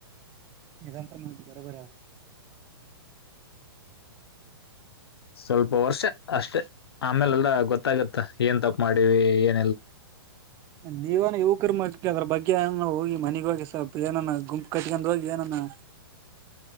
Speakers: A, on the right; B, on the left.
A: ಇದಂತ ಮಾಡ ಬರ ಬರ
B: ಸ್ವಲ್ಪ ವರ್ಷ ಅಷ್ಟೆ ಆಮೇಲೆಲ್ಲ್ಲ ಗೊತ್ತಾಗತ್ತ ಏನ್ ತಪ್ ಮಾಡೀವಿ ಏನ್
A: ನಿವಾನ ಯುವಕರ್ ಅದ್ರ ಬಗ್ಗೆ ಏ ಹೋಗಿ ಮನೆಗ ಹೋಗಿ ಸ್ವಲ್ಪ ಏನಾ ಗುಂಪು ಕಟ್ಕೊಂಡ್ ಹೋಗಿ ಏನಾನ.